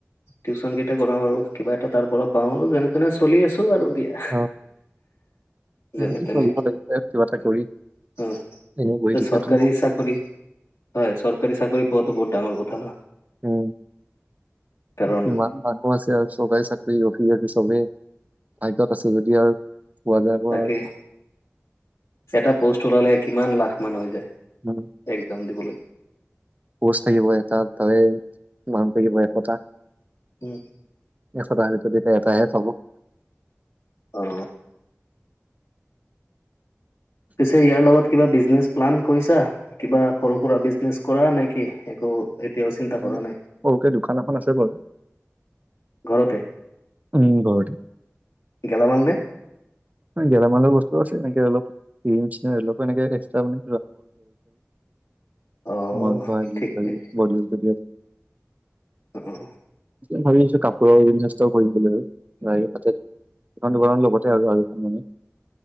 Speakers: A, on the left; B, on the right.
A: টিউচন কেইটা কৰাও আৰু কিবা এটা তাৰ পৰা পাও, আৰু যেনে তেনে চলি আছো আৰু দিয়া।
B: অ। তেনেকে
A: যেনে তেনে।
B: চলিব লাগিব আৰু কিবা এটা কৰি
A: অ,
B: এনেই বহি থাকিলেতো
A: চৰকাৰী
B: নহ'ব।
A: চাকৰি। হয়, চৰকাৰী চাকৰি পোৱাতটো বহুত ডাঙৰ কথা।
B: উম,
A: কাৰণ
B: কিমান। মানুহ আছে আৰু চৰকাৰী চাকৰি আজিকালি চবে ভাগ্যত। আছে যদি আৰু পোৱা যায়
A: তাকে
B: বা।
A: এটা প'ষ্ট ওলালে, কিমান লাখ মানুহ হৈ যায়।
B: উম।
A: একজাম দিবলৈ।
B: পষ্ট থাকিব এটাত তাৰে মানুহ থাকিব এশতা।
A: উম।
B: এশ টকাৰ ভিতৰত এতিয়া এটাহে‌ পাব।
A: অ। পিছে ইয়াৰ লগত কিবা বিজনেছ প্লান কৰিছা? কিবা সৰু-সুৰা বিজনেচ। কৰা নেকি? একো এতিয়াও চিন্তা
B: উম,
A: কৰা নাই।
B: সৰুকে দোকান এখন আছে বাৰু
A: ঘৰতে।
B: উম, ঘৰতে।
A: গেলামাল নে?
B: গেলামালৰ বস্তু আছে, এনেকে অলপ। অলপ এনেকা এক্সতা মানে।
A: অ
B: মই ঘৰৰ
A: ঠিকেই
B: <unintelligible>
A: <unintelligible>
B: ভাবি আছো কাপোৰৰ বিজনেছ এটা কৰিম বুলি। এখন দুকানৰ লগতে আৰু আৰু এখন মানে।